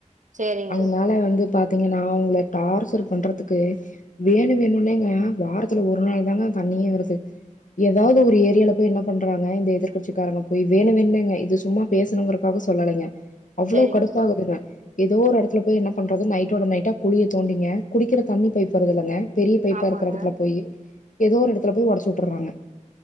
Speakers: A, on the right; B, on the left.
A: செரிங்க
B: அதனால வந்து பாத்தீங்கன்னா அவங்க டார்ச்சர் பண்றதுக்கு வேண வேணும்னேங்க வாரத்துல ஒரு நாள் தாங்க தண்ணியே வருது ஏதாவது ஒரு ஏரியால போய் என்ன பண்றாங்க இந்த எதிர்க்கட்சிக்காரங்க போய் வேணும் வேணுனங்க இது சும்மா பேசணுங்குறதுக்காக சொல்லலைங்க அவ்வளோ
A: செரிங்க
B: கடுப்பாகுதுங்க ஏதோ ஒரு இடத்துல போய் என்ன பண்றது நைட்டோட நைட்டா குளியை தோண்டிங்க குடிக்கிற தண்ணி பைப்பு வருறதுல்லங்க பெரிய பைப்பா
A: ஆமாங்க
B: இருக்குற இடத்துல போய் ஏதோ ஒரு இடத்துல போய் உடச்சு வுட்றாங்க